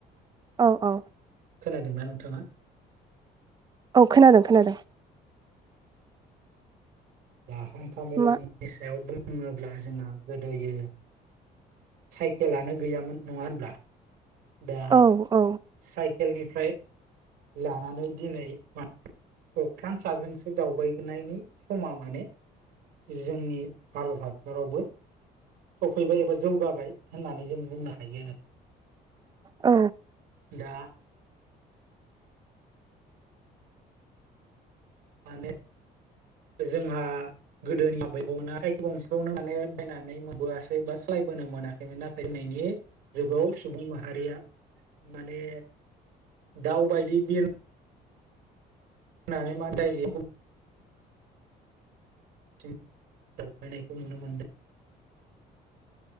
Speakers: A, on the right (about 25°); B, on the right (about 90°).
A: औ औ
B: खोनादोंना नोंथाङा?
A: औ खोनादों खोनादों।
B: दा हान्था मेलानि
A: मा
B: सायाव बुङोब्ला जोंहा गोदोयो साइकेलानो गैयामोन नङा होनब्ला? दा
A: औ औ
B: साइकेलनिफ्राय लानानै दिनै मा अख्रां साजोंसो दावबायगोननायनि समा माने जोंनि भारत हादरावबो सफैबाय एबा जौगाबाय होननानै जों बुंनो हायो आरो।
A: औ
B: दा माने जोंहा गोदोनि आबैमोना गंसेखौनो माने बायनानै मोनबोआसै बा सोलायबोनो मोनाखैमोन नाथाय दिनैनि जुगाव सुबुं माहारिया माने दाउ बायदि बिर नानै मा जाहैयो गुबुनसिम दावबायनायखौ नुनो मोनदों।